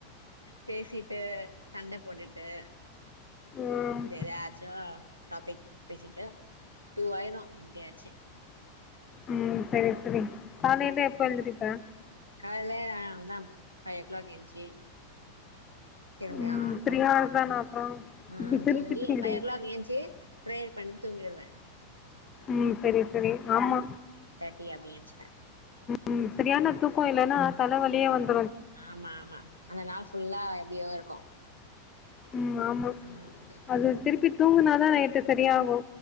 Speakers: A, on the right; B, on the left.
A: பேசிட் சண்டை போட்டுட்டு
B: ம்.
A: அப்படிய எதாச்சும் டாபிக் பேசிட்டு. டூ ஆயிரு எப்படியாச்சு
B: உம் சரி சரி காலைல எப்ப எழுதிப்ப
A: காலையிலேந்தா ஃபைவ் ஓக்ளாக் எந்ச்சி திரும்பியா
B: ம்.
A: தூங்கிடுவ
B: ஹார்ஸ் தானா அப்புறம்?
A: உஹம்
B: திருப்பி
A: தூங்கி
B: தூங்கிடுவியா?
A: ஃபைவ் ஓ கிளாக் ஏச்சு பிரேயர் பண்ணி தூங்கிடுவ.
B: ம் சரி சரி ஆமா.
A: அப்ப அப்படியே எந்ச்சி
B: உம் சரியான தூக்கோ இல்லான்னா தலைவலி <unintelligible>
A: ஆமா ஆமா அந்த நாள் ஃபுல்லா எப்படியோ இருக்கு
B: ம் ஆமா
A: ம் தூக்கோ
B: அது
A: இல்லனா
B: திரும்பி தூங்கு பதா நைட்டு சரியாகு